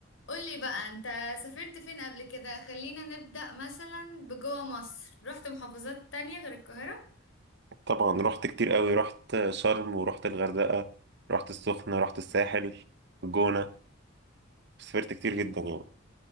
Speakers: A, on the left; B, on the right.
A: قولي بقى انت سافرت فين قبل كده خلينا نبدأ مثلا بجوه مصر رحت محافظات تانية غير القاهرة
B: طبعا رحت كتير قوي رحت شرم ورحت الغردقة رحت السخنة رحت الساحل الجونة سافرت كتير جدا يعني